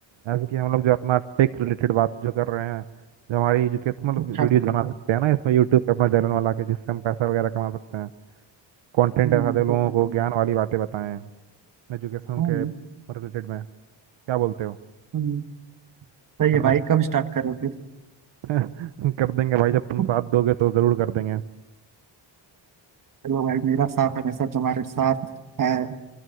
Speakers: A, on the right; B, on the right.
A: ऐसे कि हम लोग जो अपना टेक रिलेटेड बात जो कर रहे हैं जो हमारी एजुकेशनल
B: अच्छा
A: वीडियोज बना सकते हैं ना इसमें यूट्यूब पे अपना चैनल बना के जिससे हम पैसा वगैरह कमा सकते हैं कंटेंट
B: हम्म
A: ऐसा दे लोगों
B: कर सकते
A: को
B: हैं
A: ज्ञान वाली बातें बताएं एजुकेशन
B: हम्म,
A: के रिलेटेड में क्या बोलते हो
B: हम्म, सही
A: है
B: है
A: ना
B: भाई कब स्टार्ट करोगे
A: <laughs> कर देंगे भाई जब तुम
B: <laughs>
A: साथ दोगे तो जरूर कर देंगे
B: चलो भाई मेरा साथ हमेशा तुम्हारे साथ है